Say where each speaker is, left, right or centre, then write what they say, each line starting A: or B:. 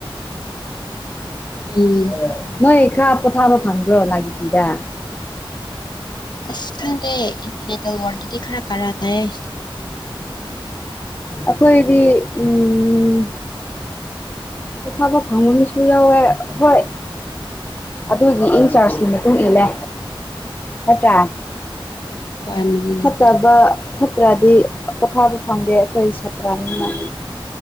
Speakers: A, on the left; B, on the left.
A: <unintelligible>
B: ꯎꯝ
A: ꯅꯣꯏ ꯈꯔ ꯄꯣꯊꯥꯕ ꯐꯪꯕ꯭ꯔꯣ ꯂꯥꯏꯒꯤꯇꯤꯗ꯫
B: ꯑꯁ ꯈꯪꯗꯦ ꯏꯟꯇꯤꯅꯦꯇꯦꯜ ꯋꯥꯔꯒꯤꯗꯤ ꯈꯔ ꯀꯔꯥ ꯇꯥꯏꯌꯦ꯫
A: ꯑꯩꯈꯣꯏꯗꯤ ꯎꯝ ꯄꫭꯊꯥꯕ ꯐꯪꯕ ꯃꯤꯁꯨ ꯌꯥꯎꯑꯦ ꯍꫭꯏ꯫ ꯑꯗꯨꯒꯤ ꯏꯟ ꯆꯥꯔꯖꯀꯤ ꯃꯇꯨꯡ ꯏꯜꯂꯦ ꯅꯠꯇ꯭ꯔꯥ꯫
B: ꯍꯣꯏ ꯃꯗꯨꯅꯦ
A: ꯐꯠꯇꯕ
B: ꯃꯗꯨꯅꯦ
A: ꯐꯠꯇ꯭ꯔꯗꯤ ꯄꯣꯊꯥꯕ ꯐꯪꯗꯦ ꯑꯩꯈꯣꯏ ꯁꯥꯇ꯭ꯔꯅꯤꯅ꯫